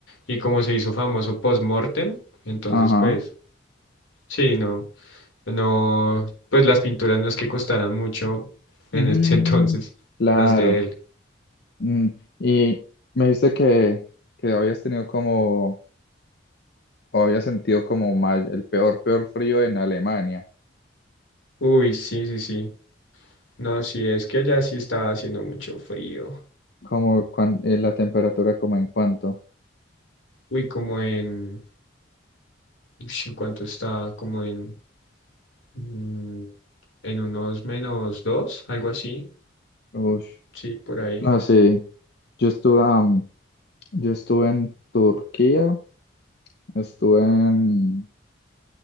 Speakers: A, on the left (about 80°); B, on the left (about 55°).
A: Y como se hizo famoso post-mortem, entonces
B: Ajá.
A: pues, sí, no, no, pues las pinturas no es que costaran mucho
B: Mm,
A: en ese <laughs> entonces,
B: claro.
A: las de él.
B: Mm, y me dijiste que, que habías tenido como, o habías sentido como mal, el peor, peor frío en Alemania.
A: Uy, sí, sí, sí. No, sí, es que allá sí estaba haciendo mucho frío.
B: Como cuan- eh, la temperatura, como en cuánto.
A: Uy, como en... Ush, ¿En cuánto está? Como en, mm, en unos menos dos, algo así.
B: Ush.
A: Sí, por ahí.
B: No, sí. Yo estuve, am, yo estuve en Turquía, estuve en,